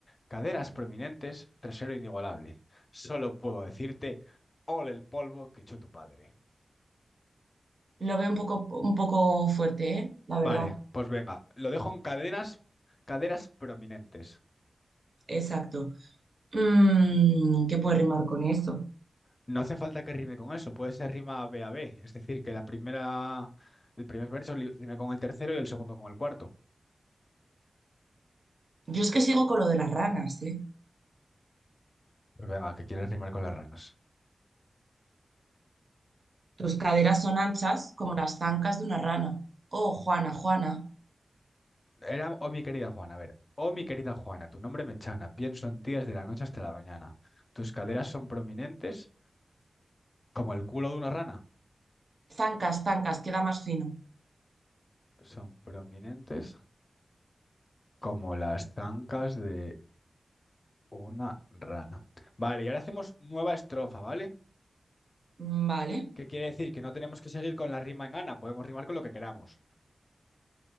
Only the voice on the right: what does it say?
Lo veo un poco, un poco fuerte, ¿eh? La
verdad.
Exacto. Mm, ¿qué puede rimar con eso?
Yo es que sigo con lo de las ranas, ¿eh?
Tus caderas son anchas como las zancas de una rana. Oh, Juana, Juana.
Zancas, zancas, queda más fino.
Mm, Vale,